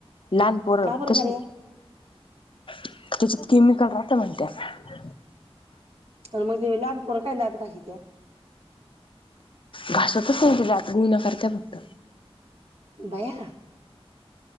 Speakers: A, on the left (about 55°); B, on the right (about 75°).
A: लहान पोर
B: का बरं
A: तशी
B: गाड्या
A: त्याच्यात केमिकल राहत म्हणत्यात
B: पण म ते लहान पोर काय दात घाशित्या
A: घासतच नाही ते दात गुळण्या करतात फक्त
B: बया